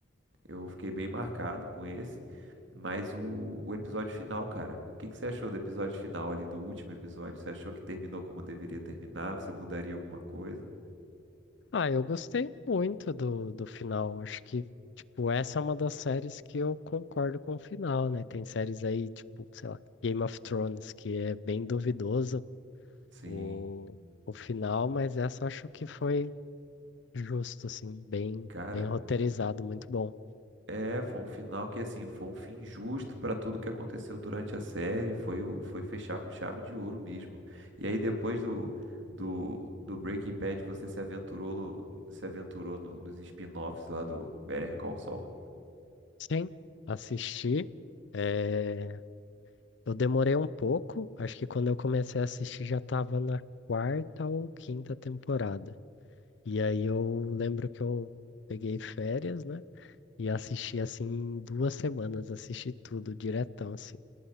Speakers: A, on the right; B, on the left.
A: Eu fiquei bem marcado com esse, mas o, o episódio final, cara, o que que você achou do episódio final ali, do último episódio? Você achou que terminou como deveria terminar? Você mudaria alguma coisa?
B: Ah, eu gostei muito do, do final. Acho que, tipo, essa é uma das séries que eu concordo com o final, né? Tem séries aí, tipo, sei lá, Game of Thrones, que é bem duvidoso
A: Sim,
B: o, o final, mas essa eu acho que foi justo, assim, bem,
A: cara.
B: bem roteirizado, muito bom.
A: É, foi um final que, assim, foi um fim justo para tudo que aconteceu durante a série. Foi, o- foi fechar com chave de ouro mesmo. E aí, depois do, do, do Breaking Bad, você se aventurou, no- se aventurou no- nos spin-offs lá do Better Call Saul.
B: Sim, assisti. eh, Eu demorei um pouco, acho que quando eu comecei a assistir já estava na quarta ou quinta temporada. E aí eu lembro que eu peguei férias, né? E assisti assim em duas semanas, assisti tudo diretão, assim,